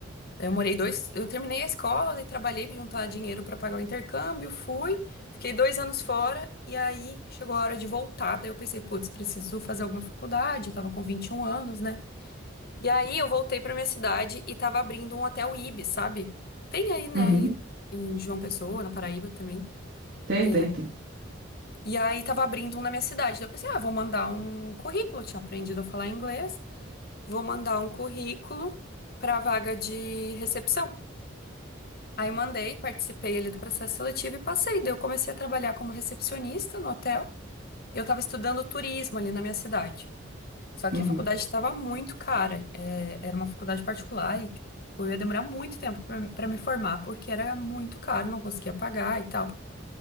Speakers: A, on the left; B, on the right.
A: eu morei dois, eu terminei a escola, daí trabalhei para juntar dinheiro para pagar o intercâmbio, fui, fiquei dois anos fora e aí chegou a hora de voltar. Daí eu pensei, putz, preciso fazer alguma faculdade, eu tava com 21 anos, né? E aí eu voltei pra minha cidade e tava abrindo um hotel Ibis, sabe? Tem aí, né,
B: Uhum.
A: em, em João Pessoa, na Paraíba também,
B: Tem,
A: tem.
B: tem,
A: um.
B: tem.
A: E aí tava abrindo um na minha cidade. Daí eu pensei, ah, vou mandar um currículo, eu tinha aprendido a falar inglês, vou mandar um currículo pra vaga de recepção. Aí mandei, participei ali do processo seletivo e passei. Daí eu comecei a trabalhar como recepcionista no hotel. E Eu tava estudando turismo ali na minha cidade. Só que
B: Uhum.
A: a faculdade estava muito cara. é, era uma faculdade particular e tipo, eu ia demorar muito tempo para para me formar, porque era muito caro, não conseguia pagar e tal.